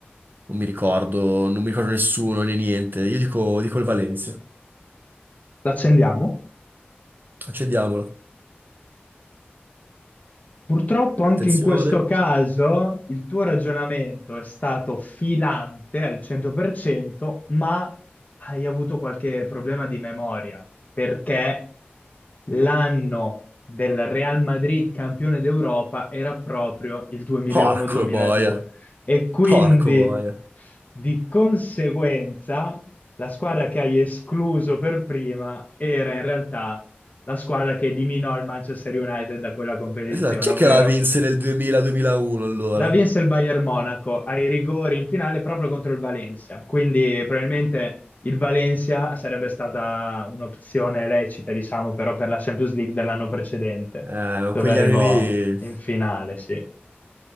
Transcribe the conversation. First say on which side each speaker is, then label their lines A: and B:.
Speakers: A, on the right; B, on the left.
A: Non mi ricordo, non mi ricordo nessuno né niente. Io dico, dico il Valencia.
B: L'accendiamo.
A: Accendiamolo.
B: Purtroppo anche
A: Attenzione.
B: in questo caso il tuo ragionamento è stato filante al 100%, ma hai avuto qualche problema di memoria, perché l'anno del Real Madrid campione d'Europa era proprio il 2001-2002
A: Porco boia.
B: e quindi
A: Porco boia.
B: Di conseguenza, la squadra che hai escluso per prima era in realtà la squadra che eliminò il Manchester United da quella competizione,
A: Esatto, Chi
B: ovvero
A: è che la vinse nel 2000-2001 allora?
B: la vinse il Bayern Monaco ai rigori in finale proprio contro il Valencia. Quindi probabilmente il Valencia sarebbe stata un'opzione lecita, diciamo, però per la Champions League dell'anno precedente,
A: Eh,
B: dove
A: quegli
B: arrivò
A: anni lì.
B: in finale, sì.